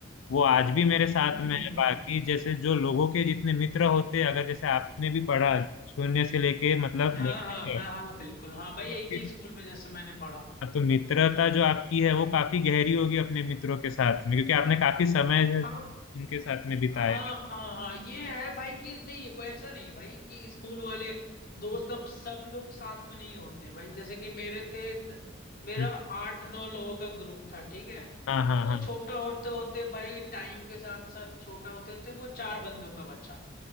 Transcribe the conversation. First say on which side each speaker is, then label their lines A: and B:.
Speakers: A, on the left; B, on the left.
A: वो आज भी मेरे साथ
B: हम्म हम्म
A: में है
B: हम्म।
A: बाकी जैसे जो लोगों के जितने मित्र होते हैं अगर जैसे आपने भी पढ़ा शून्य से लेके मतलब
B: हाँ
A: दसवीं
B: हाँ हाँ हाँ बिल्कुल हाँ भाई एक
A: तक,
B: ही स्कूल में जैसे मैंने पढ़ा
A: हाँ, तो मित्रता जो आपकी है वो काफी गहरी होगी अपने मित्रों के साथ में क्योंकि आपने काफी समय से
B: हाँ
A: इनके साथ में बिताया
B: हाँ हाँ हाँ ये है भाई कि नहीं वो ऐसा नहीं है भाई कि स्कूल वाले दोस्त अब सब लोग साथ में नहीं होते भाई जैसे कि मेरे थे द- मेरा
A: है
B: आठ नौ लोगों का ग्रुप था ठीक है
A: हाँ हाँ
B: तो वो
A: हाँ
B: छोटा होते होते भाई टाइम के साथ साथ छोटा होते होते वो चार बंदों का बच्चा